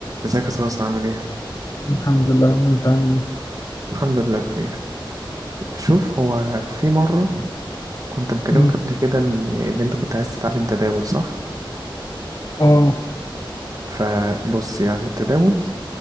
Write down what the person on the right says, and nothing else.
ازيك يا صوص عامل ايه؟
الحمد لله بخير شوف هو في مرة كنت مكلمك
قبل كده ان ان انت كنت عايز تتعلم تداول صح؟
فبص يعني التداول